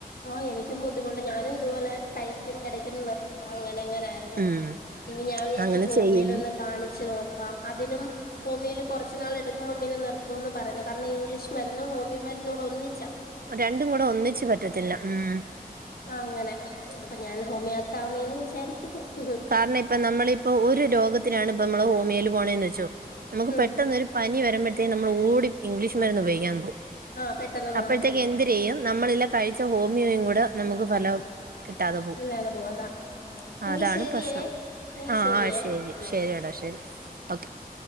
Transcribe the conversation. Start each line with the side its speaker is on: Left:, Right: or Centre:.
Left: ആഹ് എനിക്കും ബുദ്ധിമുട്ടാ. ഞാനും ഇത്പോലെ കഴിക്കും എടയ്ക്കൊന്ന് നി ത്തും. അങ്ങനെങ്ങനായിര്ന്ന്.
Right: ഉം
Left: ഇനി ഞാ വിചാരിച്ച്
Right: അങ്ങനെ
Left: ഹോമിയോ
Right: ചെയ്യുന്നു
Left: ല് ഒന്ന് കാണിച്ച് നോക്കാം. അതിനും ഹോമിയോല് കൊറച്ച് നാൾ എട്ക്കുമ്പം പിന്നെ നിർത്തൂന്ന് പറയുന്നെ. കാരണം ഈ ഇംഗ്ലീഷ് മരുന്നും ഹോമിയോ മരുന്നൂടെ ഒന്നി
Right: രണ്ടും കൂടെ ഒന്നിച്ച് പറ്റത്തില്ല ഉം.
Left: ആഹ് അങ്ങനെ. അപ്പൊ ഞാൻ ഹോമിയാക്കാവ്ന്ന്ങ്ങിനെ വിചാരിക്കുന്നു.
Right: കാരണം ഇപ്പം നമ്മളിപ്പൊ ഒര് രോഗത്തിനാണ് പ്പം മ്മള് ഹോമിയേ ല് പോണേന്ന് വെച്ചൊ നമുക്ക്
Left: ഉം
Right: പെട്ടെന്നൊര് പനി വരുമ്പഴത്തേനും നമ്മൾ ഓടി ഇംഗ്ലീഷ് മര്ന്ന് ഉപയോഗിക്കൻ പോവും.
Left: ആഹ് പെട്ടെന്ന് മാറാൻ
Right: അപ്പോഴത്തേക്ക്
Left: വേണ്ടി
Right: എന്തിരെയ്യും നമ്മളെല്ലാ കഴിച്ച ഹോമിയോയും കൂടെ നമുക്ക് ഫലം കിട്ടാതെ പോവും.
Left: ഇല്ലാതെ പോവാതാ എങ്കി
Right: അതാണ്
Left: ശരിയേ
Right: പ്രശ്നം.
Left: എങ്കി
Right: ആഹ്
Left: ശരിയേ
Right: ആഹ് ശരി.
Left: വിളിക്കാം.
Right: ശരിയെടാ ശരി. ഓക്കെ